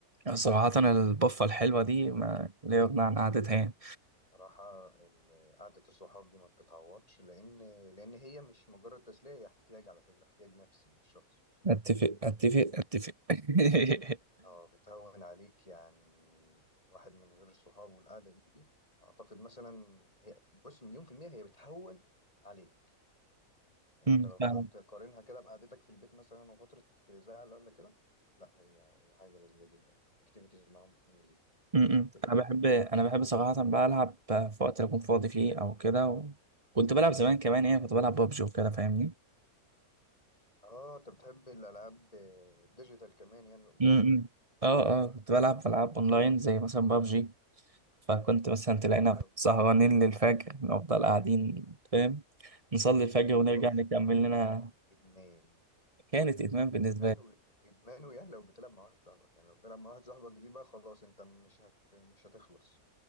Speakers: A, on the right (about 25°); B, on the left (about 25°).
A: صراحة البفة الحلوة دي ما لا يغنى عن قعدتها يعني
B: صراحة ال- قعدة الصحاب دي ما بتتعوضش لأن لأن هي مش مجرد تسلية هي احتياج على فكرة احتياج نفسي للشخص
A: اتفق اتفق اتفق <laughs>
B: اه بتهون عليك يعني الواحد من غير الصحاب والقعدة دي أعتقد مثلا هي بص مليون في المية هي بتهون عليك يعني
A: م،
B: أنت لو فضلت
A: فاهمك.
B: تقارنها كده بقعدتك في البيت مثلا وفترة زعل ولا كده لا هي هي حاجة لذيذة جدا يعني الأكتيفيتيز معاهم بتكون لذيذة
A: م-م.
B: تفرق
A: انا
B: جامد
A: بحب انا بحب صراحه بقى العب في وقت اللي اكون فاضي فيه او كده و... كنت بلعب زمان كمان يعني كنت بلعب ببجي وكده فاهمني
B: اه أنت بتحب الألعاب آه، الديجيتال كمان يعني الأونلاين
A: م-م.
B: وكده
A: اه اه كنت بلعب العاب اونلاين زي مثلا ببجي فكنت مثلا تلاقينا
B: جميلة أوي.
A: سهرانين للفجر نفضل قاعدين فاهم نصلي الفجر ونرجع
B: بابجي
A: نكمل
B: دي ادمان
A: لنا
B: ادمان
A: كانت ادمان بالنسبه
B: ادمان
A: لي
B: و... ادمان ويا لو بتلعب مع واحد صاحبك يعني لو بتلعب مع واحد صاحبك دي بقى خلاص انت مش هت... مش هتخلص